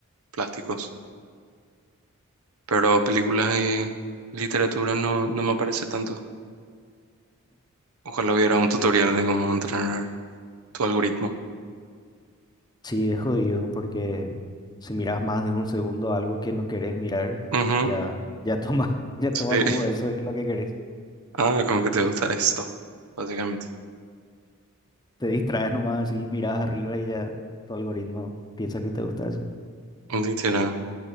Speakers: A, on the right; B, on the left.
A: plásticos. pero películas y literatura no, no me aparece tanto. Ojalá hubiera un tutorial de cómo entrenar tu algoritmo.
B: Sí, es jodido porque si miras más de un segundo algo que no querés mirar,
A: Ujú,
B: ya, ya toma, <laughs> ya toma
A: sí.
B: como
A: <laughs>
B: eso es lo que querés.
A: Ah, con que te gusta esto, básicamente.
B: Te distraes nomás así, miras arriba y ya tu algoritmo piensa que te gusta eso.
A: Literal.